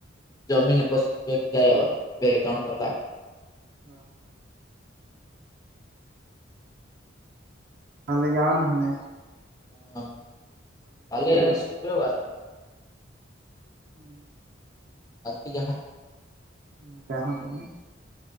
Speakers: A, on the left; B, on the right.
A: જમીને પછી જોઈ તો જાય આવા બે ત્રણ કલાક.
B: હા. હાલે જવા ના અહે ને
A: હ કાલે શુક્રવાર.
B: હમ
A: આજ થી જાહું.
B: હ જાહું ચાલ ને.